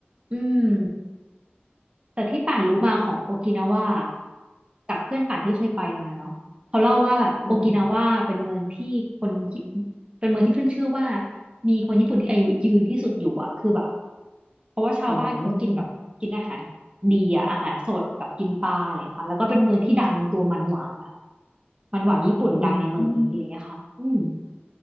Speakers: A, on the right; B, on the left.
A: อืม แต่ที่ป่านรู้มาของโอกินาวาจากเพื่อนป่านที่เคยไปมาเนาะเขาเล่าว่าแบบโอกินาวาเป็นเมืองที่คนญี่
B: อืม
A: เป็นเมืองที่ขึ้นชื่อว่ามีคนญี่ปุ่นที่อายุยืนที่สุดอยู่อ่ะคือแบบเพราะว่าชาวบ้านเขากินแบบกินอาหาร
B: อืม
A: ดีอ่ะอาหารสดแบบกินปลาอะไรอย่างเงี้ยค่ะแล้วก็เป็นเมืองที่ดังตัวมันหวานอ่ะมันหวานญี่ปุ่นดังในเมืองนี้อะไรอย่างเงี้ยค่ะอืม
B: อืมอืม